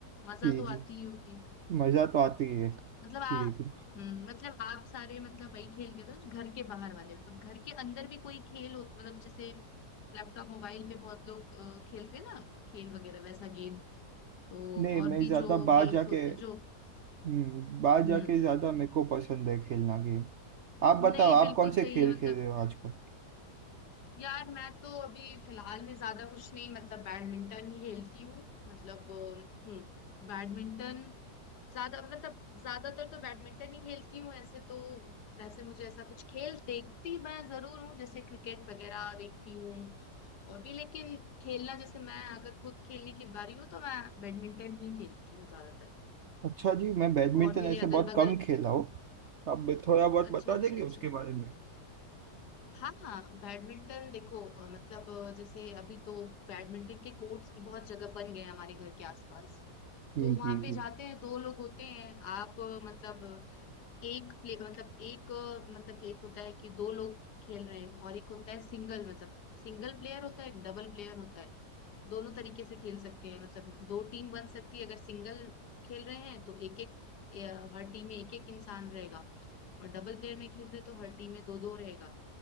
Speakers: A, on the left; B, on the right.
A: मजा
B: जी
A: तो
B: जी
A: आती ही होगी
B: मज़ा तो आती है
A: मतलब आप
B: जी बिल्कुल
A: हम्म, मतलब आप सारे मतलब वही खेल खेलते हो जो घर के बाहर वाले मतलब घर के अंदर भी कोई खेल हो मतलब जैसे लैपटॉप मोबाइल पे बहुत लोग अ, खेलते हैं ना खेल वगैरह वैसा गेम तो
B: नहीं
A: और
B: मैं
A: भी
B: ज़्यादा
A: जो
B: बाहर
A: गेम्स
B: जाके
A: होते हैं जो
B: हम्म बाहर
A: हम्म
B: जाके
A: हम्म
B: ज्यादा
A: हम्म।
B: मेरे को पसंद है खेलना गेम आप बताओ
A: नहीं
B: आप
A: बिल्कुल
B: कौन से
A: सही
B: खेल
A: है मतलब
B: खेल रहे हो आजकल
A: यार मैं तो अभी फिलहाल में ज्यादा कुछ नहीं मतलब बैडमिंटन ही खेलती हूँ मतलब अ, हम्म बैडमिंटन ज्यादा मतलब ज्यादातर तो बैडमिंटन ही खेलती हूँ ऐसे तो वैसे मुझे ऐसा कुछ खेल देखती मैं जरूर हूँ जैसे क्रिकेट वगैरह देखती हूँ और भी लेकिन खेलना जैसे मैं अगर खुद खेलने की बारी हो तो मैं बैडमिंटन ही खेलती हूँ ज्यादातर
B: अच्छा जी मैं बैडमिंटन
A: और मेरे
B: ऐसे
A: अगल
B: बहुत
A: बगल
B: कम खेला हूँ आप भी थोड़ा बहुत
A: अच्छा
B: बता
A: अच्छा
B: देंगे
A: अच्छा
B: उसके बारे में
A: हाँ हाँ बैडमिंटन देखो अ, मतलब अ, जैसे अभी तो बैडमिंटन के कोर्ट्स भी बहुत जगह बन गए हैं हमारे घर के आसपास
B: जी
A: तो वहां
B: जी
A: पे
B: जी
A: जाते हैं दो लोग होते हैं आप अ, मतलब एक प्ले मतलब एक मतलब एक होता है कि दो लोग खेल रहे हैं और एक होता है सिंगल मतलब सिंगल प्लेयर होता है एक डबल प्लेयर होता है दोनों तरीके से खेल सकते हैं मतलब दो टीम बन सकती है अगर सिंगल खेल रहे हैं तो एक एक हर टीम में एक एक इंसान रहेगा और डबल प्लेयर में खेल रहे तो हर टीम में दो दो रहेगा